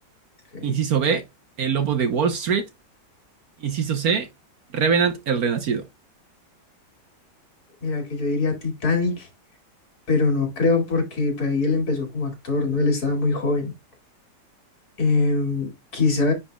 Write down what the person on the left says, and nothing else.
Ok.
Mira que yo diría Titanic, pero no creo porque pues, ahí él empezó como actor, ¿no? Él estaba muy joven. Em, quizá